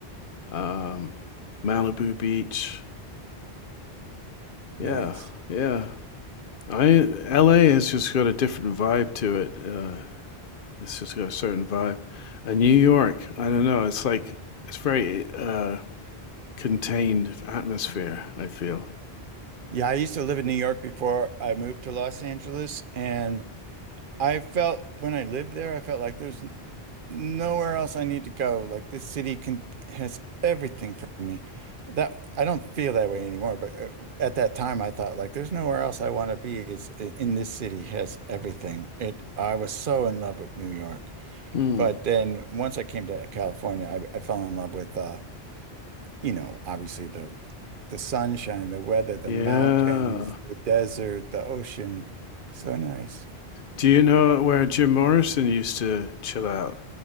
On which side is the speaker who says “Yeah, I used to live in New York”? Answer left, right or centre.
Right